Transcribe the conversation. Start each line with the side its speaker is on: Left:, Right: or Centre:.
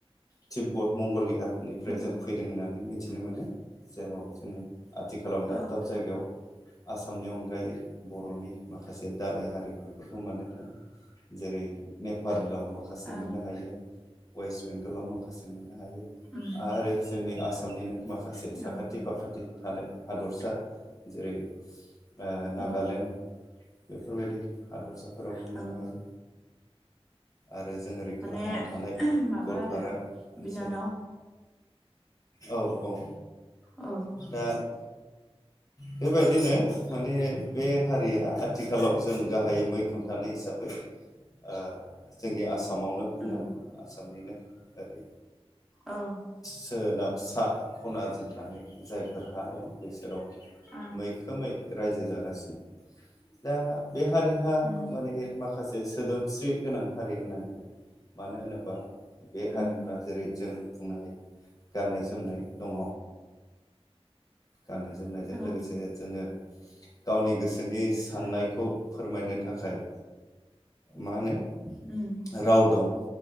Left: थिब्बत मंगलिया निफ्राय
Centre: उम
Left: जों फैदों होननानै मिथिनो मोनो जेराव जोङो आथिखालाव दाब
Centre: औ
Left: दाब जायगायाव आसामनि अनगायै बर'नि माखासे दालाय हारि बेफोरखौ मोननो थाङो जेरै नेपालाव माखा माखासे
Centre: औ
Left: मोननो हायो वेस्ट बेंगलाव माखासे मोननो हायो
Centre: उम
Left: आरो जोंनि आसा आसामनिनो माखासे साखाथि
Centre: औ
Left: फाखाथि थानाय हादरसा जेरै ओ नागालेण्ड
Centre: उम
Left: बेफोरबायदि हादरसाफोरावबो मोननो
Centre: औ
Left: हायो आरो जों ओरै खोलाहा
Centre: माने
Left: थानाय
Centre: माबा
Left: गवालपारा
Centre: आरो
Left: ओनसोल
Centre: बिनानाव
Left: औ औ
Centre: औ
Left: दा बेबायदिनो माने बे हारिया आथिखालाव जों गाहायै मैखोम थानाय हिसाबै ओ जोंनि आसामावनो बुंनांगोन
Centre: उम
Left: आसामनिनो ओरै
Centre: औ
Left: सोनाब फिसा खनाजों थानाय जायफोर हा दं बेसोराव
Centre: ओं
Left: मैख खोमै रायजो जागासिनो दा बे हारिहा
Centre: उम
Left: माने माखासे सोदोम स्रि गोनां हारि होननांगोन मानो होनोबा बे हारिफ्रा
Centre: उम
Left: जेरै जों बुंनो हायो गाननाय जोमनाय दङ गाननाय जोमनायजों
Centre: औ
Left: लोगोसे जोङो गावनि गोसोनि साननायखौ फोरमायनो थाखाय मा होनो
Centre: उम
Left: राव दं